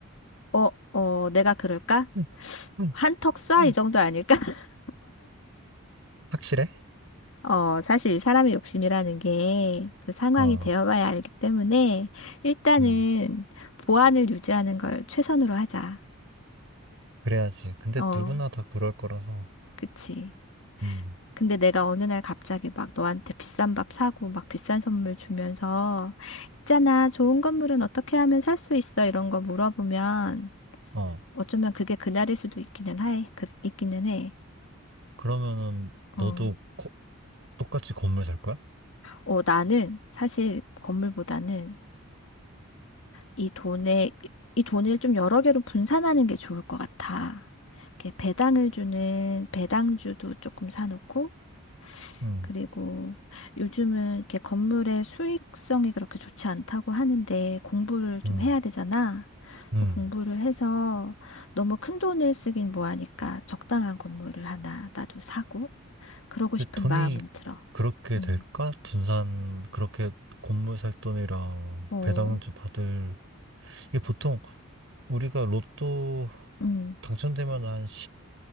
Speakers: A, on the left; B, on the right.
A: 어, 어, 내가 그럴까?
B: 응. 응.
A: 한턱 쏴,
B: 응.
A: 이 정도 아닐까? <laughs>
B: 확실해?
A: 어, 사실 사람의 욕심이라는 게 그 상황이
B: 어,
A: 되어봐야 알기 때문에 일단은
B: 음,
A: 보안을 유지하는 걸 최선으로 하자.
B: 그래야지. 근데
A: 어,
B: 누구나 다 그럴 거라서,
A: 그치.
B: 음,
A: 근데 내가 어느 날 갑자기 막 너한테 비싼 밥 사고 막 비싼 선물 주면서 있잖아, 좋은 건물은 어떻게 하면 살 수 있어? 이런 거 물어보면
B: 어,
A: 어쩌면 그게 그날일 수도 있기는 해. 그, 있기는 해.
B: 그러면은 너도
A: 어.
B: 고- 똑같이 건물 살 거야?
A: 어, 나는 사실 건물보다는 이 돈에, 이 돈을 좀 여러 개로 분산하는 게 좋을 것 같아. 이렇게 배당을 주는 배당주도 조금 사놓고,
B: 음,
A: 그리고 요즘은 이렇게 건물의 수익성이 그렇게 좋지 않다고 하는데 공부를 좀
B: 음,
A: 해야 되잖아.
B: 음.
A: 그래서 공부를 해서 너무 큰 돈을 쓰긴 뭐하니까 적당한 건물을 하나 나도 사고, 그러고
B: 근데
A: 싶은
B: 돈이
A: 마음은 들어.
B: 그렇게
A: 음,
B: 될까? 분산, 그렇게 건물 살 돈이랑
A: 어,
B: 배당주 받을 이게 보통 우리가 로또
A: 음.
B: 당첨되면 한